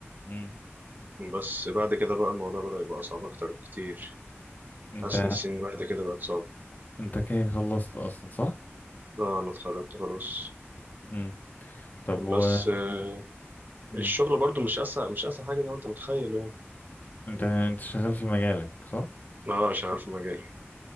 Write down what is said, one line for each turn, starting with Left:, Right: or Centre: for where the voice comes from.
Left: مم.
Right: بس بعد كده بقى الموضوع بدأ يبقى صعب أكتر بكتير
Left: انت
Right: حاسس إن السنين بعد كده بقت صعبة
Left: انت كده خلصت اصلا صح
Right: اه أنا اتخرجت خلاص
Left: مم. طب و
Right: بس آه،
Left: مم.
Right: الشغل برضو مش أسهل مش أسهل حاجة زي ما أنت متخيل يعني
Left: انت انت شغال في مجالك صح
Right: اه شغال في مجالي